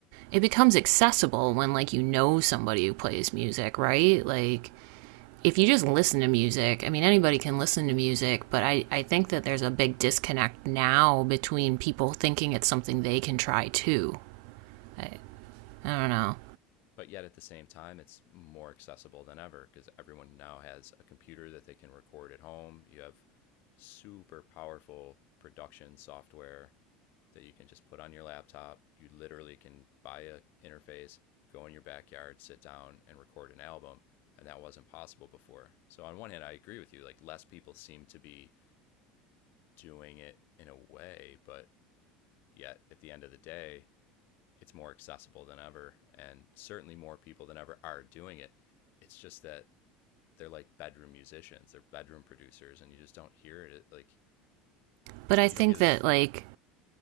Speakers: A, on the right; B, on the left.
A: it becomes accessible when like you know somebody who plays music, right? Like if you just listen to music, I mean anybody can listen to music, but I, I think that there's a big disconnect now between people thinking it's something they can try too. I, I don't know.
B: But yet at the same time, it's more accessible than ever because everyone now has a computer that they can record at home. You have super powerful production software that you can just put on your laptop. You literally can buy a interface, go in your backyard, sit down and record an album, and that wasn't possible before. So on one hand, I agree with you, like less people seem to be doing it in a way, but yet at the end of the day, it's more accessible than ever and certainly more people than ever are doing it. It's just that they're like bedroom musicians, they're bedroom producers and you just don't hear it like
A: But I
B: you
A: think
B: don't hear this
A: that like